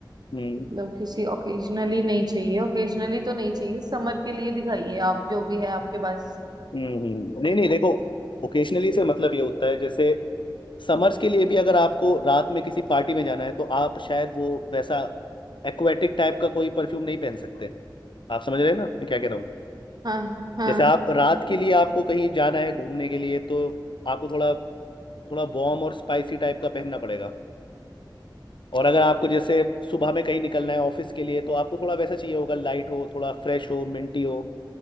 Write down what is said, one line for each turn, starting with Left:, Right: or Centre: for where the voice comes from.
Left: हम्म
Right: मतलब किसी ओकेजनली नहीं चाहिए ओकेजनली तो नहीं चाहिए समर के लिए दिखाइए आप जो भी है आपके पास
Left: हम्म हम्म। नहीं नहीं देखो ओकेशनली से मतलब ये होता है जैसे समर्स के लिए भी अगर आपको रात में किसी पार्टी में जाना है तो आप शायद वो वैसा एक्वेटिक टाइप का कोई परफ्यूम नहीं पहन सकते आप समझ रहे हैं ना मैं क्या कह रहा हूँ
Right: हाँ हाँ
Left: जैसे आप रात के लिए आपको कहीं जाना है घूमने के लिए तो आपको थोड़ा थोड़ा वार्म और स्पाइसी टाइप का पहनना पड़ेगा और अगर आपको जैसे सुबह में कहीं निकलना है ऑफिस के लिए तो आपको थोड़ा वैसा चाहिए होगा लाइट हो थोड़ा फ्रेश हो मिंटी हो